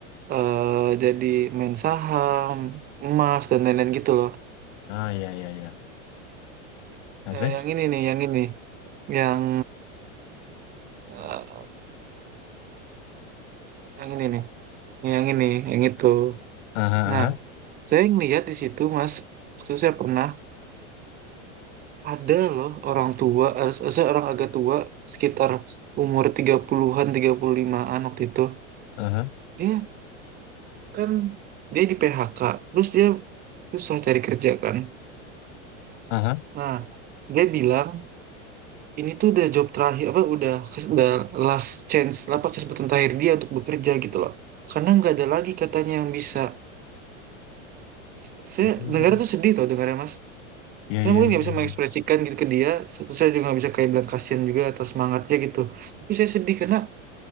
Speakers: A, on the right (about 25°); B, on the left (about 60°).
A: eh, jadi main saham emas dan lain-lain gitu loh
B: Ah, ya ya ya. Nah, terus?
A: Eh, yang ini nih yang ini yang eh, yang ini nih yang ini yang itu
B: Aha, aha,
A: nah saya ngeliat di situ mas waktu itu saya pernah ada loh orang tua eh, saya orang agak tua sekitar umur 30-an 35-an waktu itu
B: aha,
A: dia kan dia di PHK terus dia susah cari kerja kan
B: aha.
A: nah dia bilang ini tuh udah job terakhir apa udah kes- udah last chance apa kesempatan terakhir dia untuk bekerja gitu loh karena nggak ada lagi katanya yang bisa S- saya
B: Hmm.
A: negara tuh sedih tau dengarnya mas
B: Ya
A: saya
B: ya
A: mungkin
B: ya.
A: nggak bisa
B: iya.
A: mengekspresikan gitu ke dia Terus saya juga nggak bisa kayak bilang kasihan juga atas semangatnya gitu tapi saya sedih karena